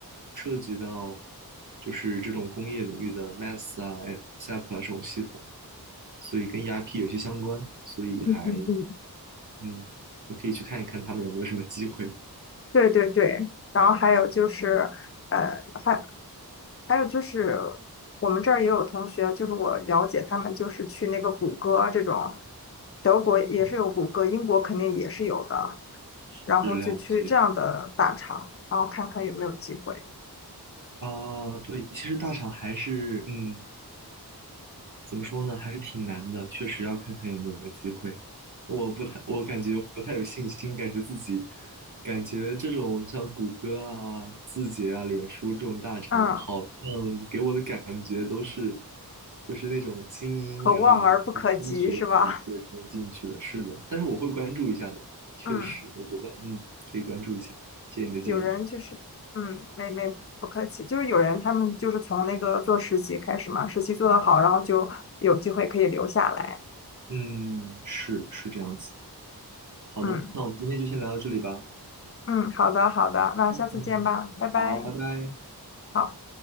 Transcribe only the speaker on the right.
涉及到就是这种工业领域的 m a t s 啊、SAP 啊这种系统，所以跟 ERP 有些相关，所以还
嗯，我可以去看一看他们有没有什么机会。
嗯，
是了解
啊，对，其实大厂还是嗯。怎么说呢，还是挺难的，确实要看看有没有机会。我不太，我感觉不太有信心，感觉自己，感觉这种像谷歌啊、字节啊、脸书这种大厂，
好像给我的感觉都是，就是那种精英，
然后顶尖的学府对才能进去的。是的，但是我会关注一下的，确实，
我觉得嗯，可以关注一下，谢谢你的建议。
嗯，是是这样子。好的，
那我们今天就先聊到这里吧。
嗯，
好，拜拜。